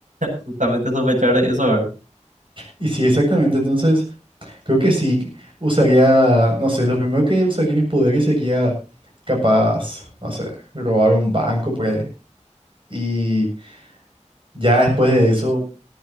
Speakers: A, on the right (about 80°); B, on the right (about 45°).
A: justamente sospechar de eso, ¿verdad?
B: y sí, exactamente. Entonces. Creo que sí, usaría, no sé, lo primero que usaría mis poderes sería capaz, no sé, robar un banco por ahí. Y ya después de eso,